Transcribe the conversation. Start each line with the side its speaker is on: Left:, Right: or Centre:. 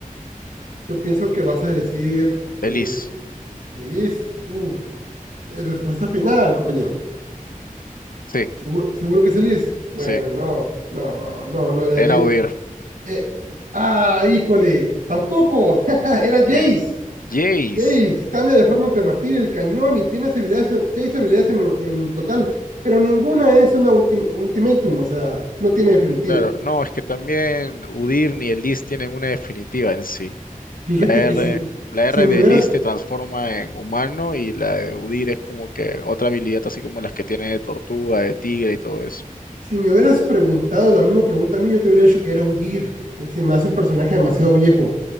Right: yo pienso que vas a decir,
Left: Elise,
Right: eh, Elis, Uf, eh, respuesta final, compañero.
Left: sí,
Right: ¿Seguro, seguro que es Elis? Bueno,
Left: sí,
Right: no, no, no, no era
Left: era
Right: Elis.
Left: oír.
Right: Eh, ah, híjole, tampoco, <laughs> era Jace.
Left: ¿Quién? Jace,
Right: Jace cambia de forma entre el martillo y el cañón y tiene habilidades, seis habilidades en, en total, pero ninguna es una ultim- ultimatum, o sea, no tiene definitiva.
Left: Claro, no, es que también UDIR ni el list tienen una definitiva en sí.
Right: Fíjate
Left: La R,
Right: que si,
Left: la
Right: si,
Left: R
Right: me
Left: de
Right: hubieras,
Left: list te transforma en humano y la de UDIR es como que otra habilidad, así como las que tiene de tortuga, de tigre y todo eso.
Right: si me hubieras preguntado la misma pregunta a mí, yo te hubiera dicho que era Udir. Y Se me hace un personaje demasiado viejo,